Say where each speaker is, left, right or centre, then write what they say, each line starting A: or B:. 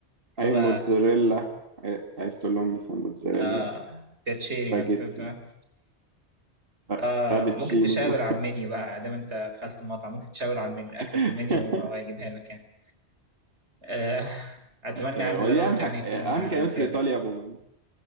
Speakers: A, on the right; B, on the right.
A: لغة
B: اي موتزاريلا عاي- عايز تقول لهم مثلا موتزاريلا
A: آه... بيتشيري
B: سباجيتي
A: مثلا
B: ف-
A: آه
B: فابتشينو
A: ممكن تشاور على المنيو بقى دام انت دخلت المطعم ممكن تشاور على المنيو الاكل
B: <laughs>
A: في المنيو وهو هيجيبها لك يعني آه <laughs> اتمنى
B: إيه،
A: يعني
B: ودي
A: اللي انا قلته
B: اهم حاجة
A: يعني يكون
B: اهم
A: آه
B: كلمات
A: فادك
B: في الايطاليا عموما